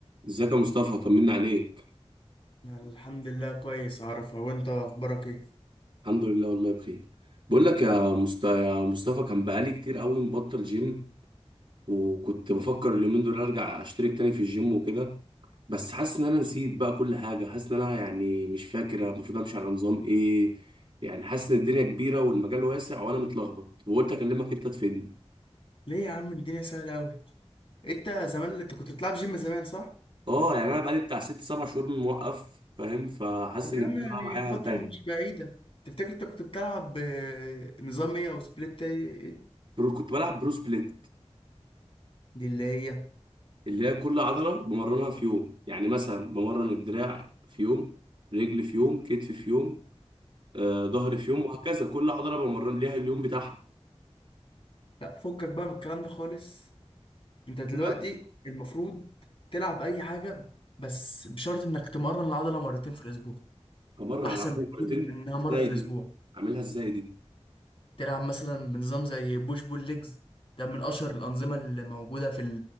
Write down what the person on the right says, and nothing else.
ازيك يا مصطفى طمنا عليك
الحمد لله والله بخير بقول لك يا مست... يا مصطفى كان بقالي كتير قوي مبطل جيم وكنت بفكر اليومين دول ارجع اشترك تاني في الجيم وكده بس حاسس ان انا نسيت بقى كل حاجه حاسس ان انا يعني مش فاكر المفروض امشي على نظام ايه يعني حاسس ان الدنيا كبيره والمجال واسع وانا متلخبط وقلت اكلمك انت تفيدني
اه يعني انا بقالي بتاع ست سبع شهور موقف فاهم فحاسس
ان
الدنيا
بقى معايا
تايهه
برو- كنت بلعب برو سبليت
اللي هي كل عضلة بمرنها في يوم يعني مثلا بمرن الدراع في يوم رجل في يوم كتف في يوم آه، ظهر في يوم وهكذا كل عضلة بمرن ليها اليوم بتاعها
بجد
أمرن
العضلة
مرتين
ازاي
دي أعملها ازاي دي